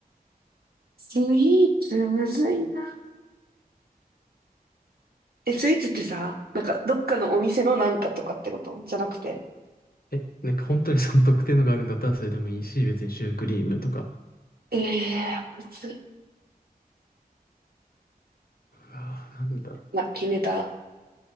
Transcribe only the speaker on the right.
スイーツむずいな。え、スイーツってさ、なんか、どっかのお店のなんかとかってことじゃなくて。
ええー、むずい。
ま、決めた。